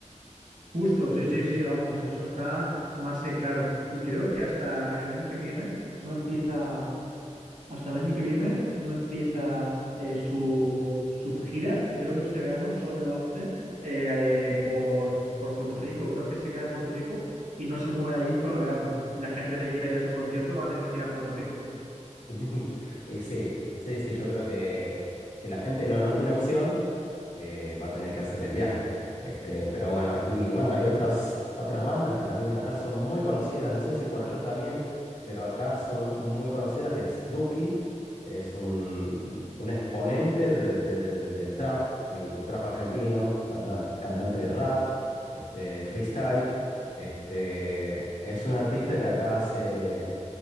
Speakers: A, on the right (about 85°); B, on the left (about 75°).
A: Justo, sí, sí, sí, vamos, eso está más que claro. Y creo que hasta el año que viene no empieza, hasta el año que viene no empieza eh, su, su gira y creo que este verano solo lo hace eh, eh, por, por Puerto Rico. Creo que se queda en Puerto Rico y no se mueve de allí en todo el verano. Y la gente que quiera ir a su concierto va a tener que ir a Puerto Rico.
B: <laughs> Y sí, sí, sí, yo creo que si la gente no, no tiene opción. eh, va a tener que hacer el viaje. Este, pero bueno, y bueno, hay otras, otras bandas que también acá son muy conocidas, no sé si por allá también, pero acá son muy conocidas, que es Duki, es un, un exponente de- del del trap, el trap argentino, canta- cantante de rap, este, freestyle. Este, es un artista que acá hace